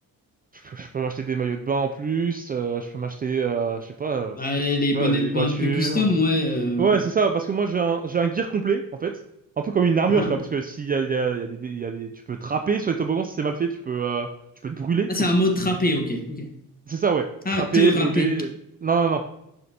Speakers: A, on the right; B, on the left.
A: je peux, je peux m'acheter des maillots de bain en plus, euh, je peux m'acheter, euh, je sais pas, euh, pff,
B: bah, les
A: tu
B: bonnets
A: vois, des
B: de
A: voitures.
B: bain un peu custom,
A: euh.
B: ouais. euh.
A: Ouais, c'est ça, parce que moi, j'ai un, j'ai un gear complet, en fait. Un peu comme une armure,
B: Hein
A: tu vois, parce que s'il y a, il y a, il y a des, des- il y a des- tu peux trapper sur les toboggans si c'est mal fait, tu peux, euh, tu peux te brûler
B: Ah, c'est
A: aussi.
B: un mot trapper, ok, ok.
A: C'est ça, ouais.
B: Ah,
A: Trapper,
B: te râper.
A: brûler. euh, Non, non, non.